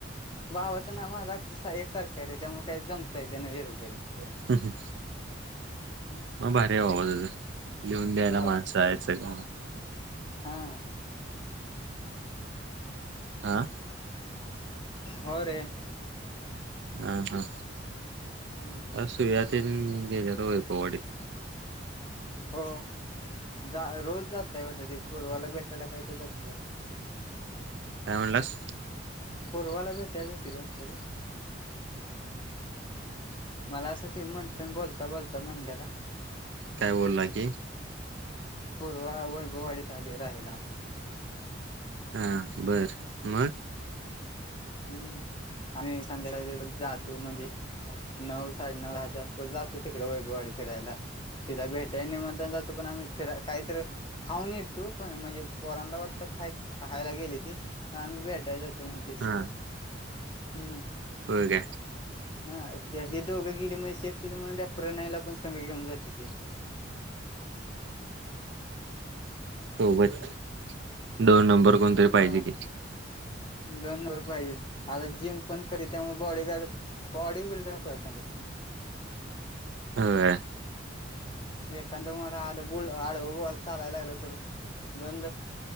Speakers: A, on the left (about 25°); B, on the right (about 65°).
A: भावाचा आणि माझा अक्षर एकसारखं हायरे, त्यामुळे जमतं. ताई त्यांना.
B: नाही
A: <unintelligible>
B: मग भारी हाय बाबा तुझं, लिहून द्यायला
A: हो
B: माणसं हायत सगळं
A: हा.
B: आं
A: हो रे.
B: हा हा.
A: हम्म.
B: आज सुव्या तेन गेल्यात वैभववाडीत.
A: हो जा रोज जातय वाटते त्या पूर्वाला भेटायला काही तर जात्या.
B: काय म्हणलास?
A: पूर्वाला भेटायला जातेत वाटते रे मला असं ते म्हणतं बोलता-बोलता म्हणलेला.
B: काय बोलला की?
A: पूर्वा वैभवाडीत आलीय राहायला
B: हा बरं मग.
A: हम्म आम्ही संध्याकाळी जातो म्हणजे नऊ साडेनऊ दहाच्या आसपास जातो तिकडे वैभवाडी फिरायला तिला भेटाय आणि मग तन जाती पण आम्ही फिराय काही तर खाऊन ये तू पण म्हणजे पोरांला वाटतं खाय खायला गेली ती. आम्ही भेटायला जातो म्हणते <unintelligible>
B: हा
A: हम्म.
B: होय का?
A: हा त्या हे दोघं गेले म्हणजी सेफ केले म्हण त्या प्रणायला पण संघ घेऊन जाते ती
B: सोबत दोन नंबर कोणतरी
A: हो
B: पाहिजे कि
A: दोन वर पाहिजेल आता जिम पण करी त्यामुळे बॉडीगार्ड बॉडी बिल्डर सांगा.
B: होय
A: एखांदा मार आला बुळ आडवॉल चालायला लागलं तरी दोनदा